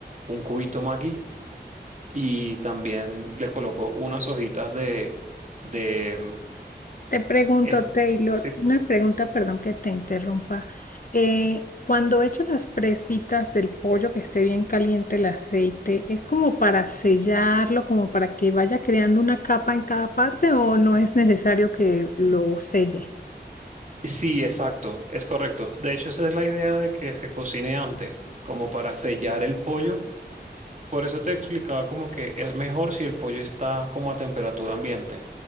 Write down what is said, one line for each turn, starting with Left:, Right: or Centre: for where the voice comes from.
Right: un cubito maqui y también le coloco unas hojitas de, de,
Left: Te pregunto,
Right: es-
Left: Taylor,
Right: sí,
Left: una pregunta, perdón que te interrumpa. Eh, cuando echo las presitas del pollo que esté bien caliente el aceite, ¿es como para sellarlo, como para que vaya creando una capa en cada parte o no es necesario que lo selle?
Right: Sí, exacto, es correcto. De hecho, esa es la idea de que se cocine antes, como para sellar el pollo. Por eso te explicaba como que es mejor si el pollo está como a temperatura ambiente,